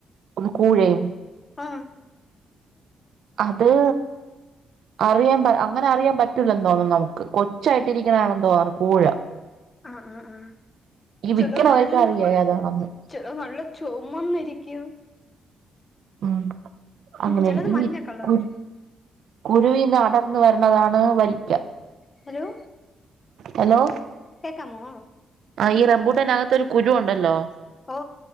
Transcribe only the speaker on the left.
ആ
ആ ആ ആ
ചിലത്
നല്ല
ചിലത് നല്ല ചുമുമന്നിരിക്കും
ചിലത്
മഞ്ഞ കളറ്
ഹലോ
കേക്കാമോ
ഓ